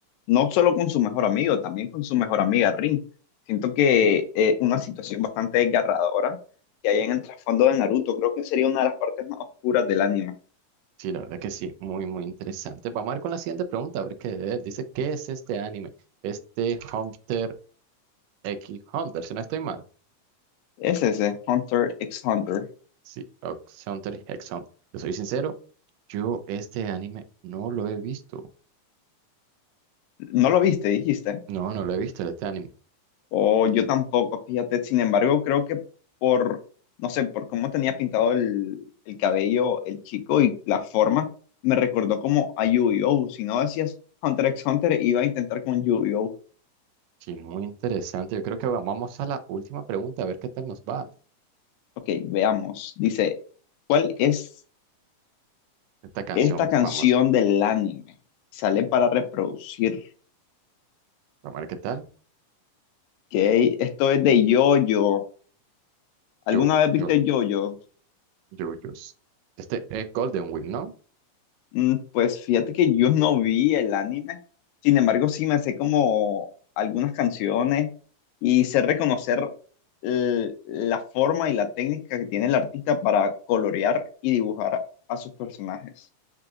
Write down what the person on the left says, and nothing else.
no solo con su mejor amigo, también con su mejor amiga Rin. Siento que eh, una situación bastante desgarradora que hay en el trasfondo de Naruto, creo que sería una de las partes más oscuras del anime.
Es ese, Hunter x Hunter.
¿No lo viste, dijiste?
O yo tampoco, fíjate. Sin embargo, creo que por, no sé, por cómo tenía pintado el, el cabello el chico y la forma, me recordó como a Yu-Gi-Oh! Si no decías Hunter x Hunter, iba a intentar con Yu-Gi-Oh!
Ok, veamos. Dice, ¿cuál es
esta canción
del anime? Sale para reproducir. Ok,
esto es de Yoyo. ¿Alguna
vez viste
Yoyo?
Mm, pues fíjate que yo no vi el anime. Sin embargo, sí me sé como algunas canciones y sé reconocer l- la forma y la técnica que tiene el artista para colorear y dibujar a sus personajes.